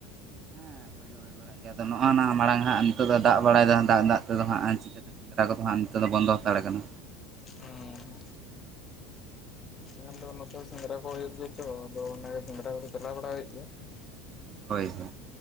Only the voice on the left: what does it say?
ᱦᱚᱸᱻ ᱢᱮᱱ ᱫᱚ ᱱᱚᱛᱮ ᱥᱮᱸᱫᱽᱨᱟ ᱠᱚ ᱦᱩᱭᱩᱜ ᱜᱮᱭᱟ ᱪᱚ ᱟᱫᱚ ᱚᱸᱫᱮ ᱥᱮᱸᱫᱽᱨᱟ ᱠᱚ ᱫᱚ ᱪᱟᱞᱟᱣ ᱵᱟᱲᱟ ᱦᱩᱭᱩᱜ ᱜᱮᱭᱟ